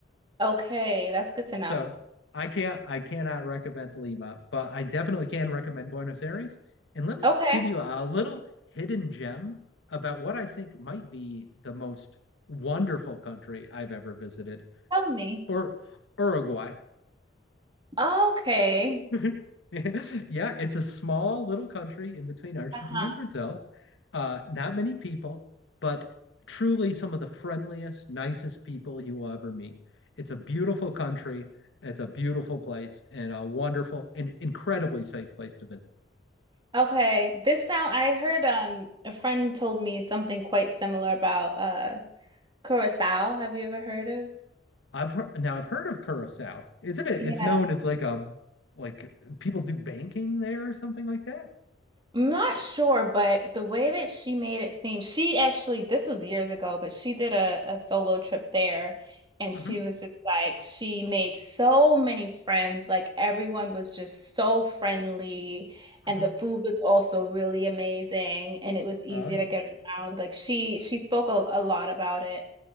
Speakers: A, on the right; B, on the left.
A: Okay, that's good to know.
B: So I can't I cannot recommend Lima, but I definitely can recommend Buenos Aires. And let me
A: Okay,
B: give you a little hidden gem about what I think might be the most wonderful country I've ever visited,
A: tell me.
B: or Uruguay.
A: Okay.
B: <laughs> Yeah, it's a small little country in between Argentina
A: Uh-huh.
B: and Brazil. Uh, not many people, but truly some of the friendliest, nicest people you will ever meet. It's a beautiful country. It's a beautiful place and a wonderful and incredibly safe place to visit.
A: Okay, this sound I heard um a friend told me something quite similar about uh Curacao. Have you ever heard of?
B: I've heard, now I've heard of Curacao, isn't it?
A: Yeah,
B: It's known as like a like people do banking there or something like that.
A: I'm not sure, but the way that she made it seem, she actually this was years ago, but she did a, a solo trip there and
B: hmm
A: she was just like she made so many friends, like everyone was just so friendly
B: hmm
A: and the food was also really amazing and it was easy
B: Oh yeah.
A: to get around. Like she she spoke a, a lot about it.